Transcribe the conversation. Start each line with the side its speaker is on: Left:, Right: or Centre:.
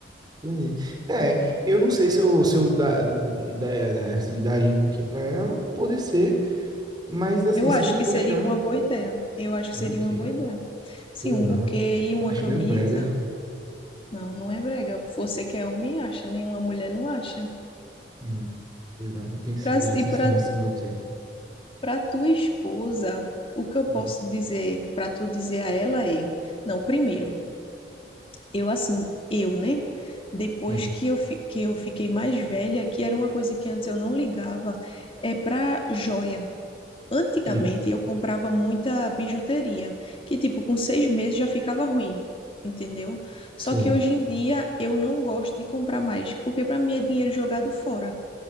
Right: Entendi. É, eu não sei se eu, se eu da, da- da- assim, daria um buquê pra ela, pode ser, mas assim,
Left: eu
Right: se
Left: acho
Right: não for
Left: que seria
Right: chá,
Left: uma boa ideia. Eu acho que
Right: buquê,
Left: seria uma boa ideia.
Right: sei
Left: Sim, um
Right: lá,
Left: buquê e uma
Right: acho
Left: camisa.
Right: meio brega.
Left: Não, não é brega. Você que é homem acha, nenhuma mulher não acha.
Right: Hum, sei lá, vou pensar
Left: Pra-
Right: direito
Left: e
Right: nesse
Left: para
Right: negócio de buquê.
Left: Para tua esposa, o que eu
Right: Hum,
Left: posso dizer para tu dizer a ela é, não, primeiro, eu assim, eu, né? Depois
Right: hum,
Left: que eu, fi- que eu fiquei mais velha, que era uma coisa que antes eu não ligava, é para joia. Antigamente
Right: sim,
Left: eu comprava muita bijuteria, que tipo, com seis meses já ficava ruim, entendeu?
Right: sei,
Left: Só que hoje em dia eu não gosto de comprar mais, porque para mim é dinheiro jogado fora.